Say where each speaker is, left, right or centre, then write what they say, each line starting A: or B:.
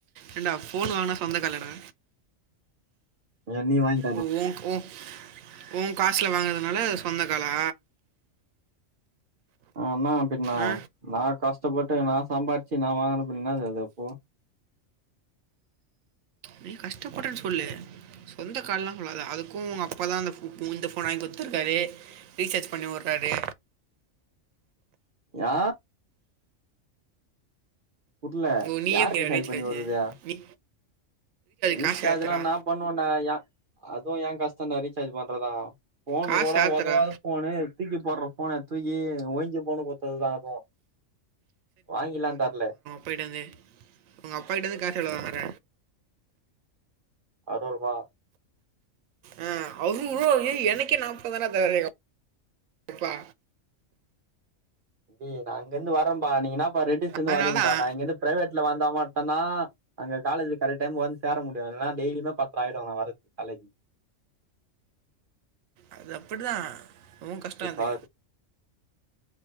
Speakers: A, on the right; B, on the right.
A: ஏன்டா ஃபோன் வாங்கினா சொந்த கால்ல டா
B: யாரு நீ வாங்‌
A: ஓ உ ஓ ஒ காசுல வாங்கதுனால சொந்த காலா
B: ஆனா அப்டின்னா
A: ஆ
B: நா கஷ்டப்பட்டு நா சம்பாரிச்சு நா வாங்கின பின்னா என்னது அது அப்போ
A: நீ கஷ்டப்பட்டேன்னு சொல்லு சொந்த கால்லா சொல்லாத அதுக்கு உங்க அப்பா தா அந்த புஃட் இந்த ஃபோன் வாங்கி குடுத்துருக்காரு ரீசார்ஜ் பண்ணி உடுறாரு
B: யா புர்ல
A: ஓ நீயே
B: யாரு
A: பண்ணியா
B: ரீசார்ஜ் பண்ணி வுரது
A: நீ
B: ரீசார்ஜ்
A: காசு ஏற்றுறா
B: ல நா பண்ணுவ டா யா அதுவு எ கஷ்ட டா ரீசார்ஜ் பண்றதா ஃபோனு
A: காசு
B: கூட
A: ஏற்றுறா
B: உதவாத ஃபோனு தூக்கி போடுற ஃபோன தூக்கி ஓஞ்ச ஃபோனு குடுத்தது தா அதுவு வாங்கிலா தர்ல
A: போயிடுது உங்க அப்பா கிட்ட இருந்து காசுலா வாங்குற
B: அறுவரூவா
A: ஆ அறுவரூவா ஏய் எனக்கே நாப்பது தா டா தராறு எங்க அப் அப்பா
B: ஏ நா அங்க இருந்து வரே பா நீ என்ன பா ரெட்டிஸ் ல இருந்து
A: அதனால
B: வரீங்கப்பா
A: தான்
B: நா இங்க இருந்து பிரைவேட் ல வந்த மட்டு தா அங்க காலேஜ் கரெக்ட் டைம் வந்து சேர முடியு இல்லனா டெய்லியுமே பத்தர ஆயிடு நா வரது காலேஜ்
A: அது அப்டி தா உ கஷ்டோ
B: அப்டிப்பா
A: அது